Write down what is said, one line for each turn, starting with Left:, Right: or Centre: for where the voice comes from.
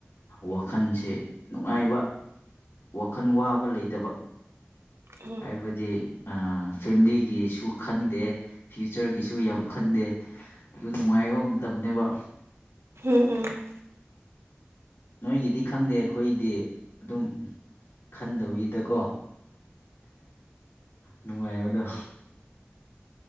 Left: ꯋꯥꯈꯜꯁꯦ ꯅꯨꯡꯉꯥꯏꯕ ꯋꯥꯈꯜ ꯋꯥꯕ ꯂꯩꯇꯕ
Right: ꯎꯝ
Left: ꯍꯥꯏꯕꯗꯤ ꯐꯦꯃꯤꯂꯤꯒꯤꯁꯨ ꯈꯟꯗꯦ ꯐ꯭ꯌꯨꯆꯔꯒꯤꯁꯨ ꯌꯥꯝ ꯈꯟꯗꯦ ꯑꯗꯨ ꯅꯨꯡꯉꯥꯏꯕ ꯃꯇꯝꯅꯦꯕ
Right: ꯎꯝ ꯎꯝ
Left: ꯅꯣꯏꯒꯤꯗꯤ ꯈꯪꯗꯦ ꯑꯩꯈꯣꯏꯗꯤ ꯑꯗꯨꯝ ꯈꯟꯗꯕꯒꯤꯗꯀꯣ ꯅꯨꯡꯉꯥꯏꯕꯗꯣ